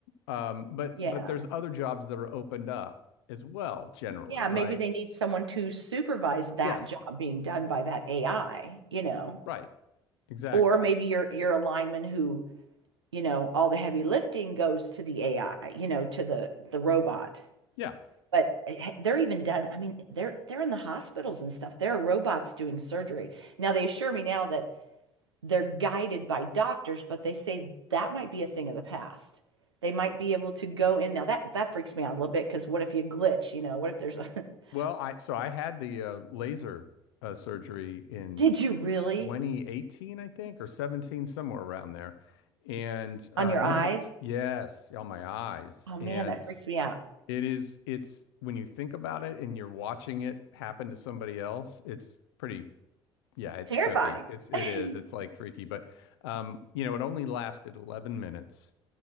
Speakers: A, on the left; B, on the right.
A: Um, but
B: Yeah.
A: but there's other jobs that are opened up as well, generally,
B: Yeah. Maybe
A: right?
B: they need someone to supervise that
A: Yes,
B: job being done by that AI, you know.
A: right, exactly.
B: Or maybe you're you're a lineman who, you know, all the heavy lifting goes to the AI, you know, to the the robot.
A: Yeah.
B: but eh, they're even done. I mean, they're they're in the hospitals and stuff. There are robots doing surgery. Now they assure me now that they're guided by doctors, but they say that might be a thing of the past. They might be able to go in. Now that that freaks me out a little bit because what if you glitch? You know, what if there's a <laughs>
A: Well, I so I had the uh, laser uh, surgery in
B: did
A: t
B: you really
A: 2018, I think, or 17, somewhere around there. And uh,
B: on your
A: you
B: eyes?
A: know, yes, on my eyes.
B: Oh man,
A: And
B: that freaks me out.
A: it is it's when you think about it and you're watching it happen to somebody else, it's pretty Yeah, it's
B: Terrifying.
A: trippy. It's it
B: <laughs>
A: is. It's like freaky, but um, you know, it only lasted 11 minutes.